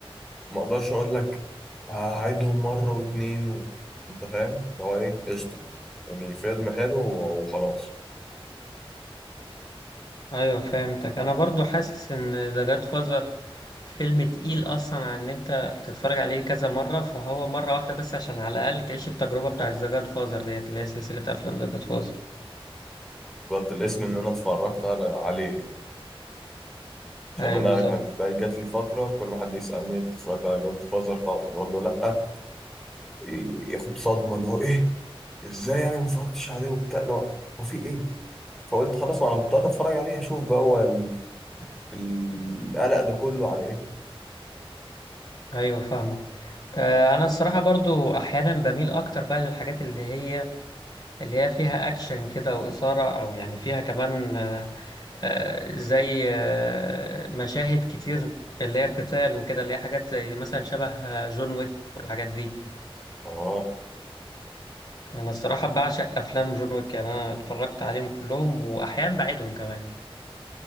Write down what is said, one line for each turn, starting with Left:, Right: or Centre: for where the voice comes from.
Centre: ما اقدرش اقول لك هعيدهم مره واتنين و... انت فاهم اللي هو ايه قشطه يعني فيلم حلو وخلاص
Left: أيوة فهمتك أنا برضو حاسس إن ذا جاد فازر فيلم تقيل أصلا عن إن أنت تتفرج عليه كذا مرة فهو مرة واحدة بس عشان على الأقل تعيش التجربة بتاعت ذا جاد فازر ديت اللي هي سلسلة أفلام ذا جاد فازر
Centre: بالظبط الاسم ان انا اتفرجت على... عليه يعني. عشان
Left: أيوة
Centre: انا
Left: بالظبط
Centre: كانت بقى جات لي فتره كل ما حد يسالني اتفرجت على جاد فازر اقول له لا ي- ياخد صدمه اللي هو ايه ازاي يعني ما اتفرجتش عليه وبتاع لا هو هو في ايه فقلت خلاص ما انا مضطر اتفرج عليه اشوف بقى هو ال- القلق ده كله على ايه
Left: أيوة فاهمك آه، أنا الصراحة برضو أحيانا بميل أكتر بقى للحاجات اللي هي اللي هي فيها أكشن كده وإثارة أو يعني فيها كمان آه، زي آه، مشاهد كتير اللي هي قتال وكده اللي هي حاجات زي مثلا شبه آه، جون ويك والحاجات دي
Centre: اه
Left: يعني الصراحة بعشق أفلام جون ويك يعني أنا اتفرجت عليهم كلهم وأحيانا بعيدهم كمان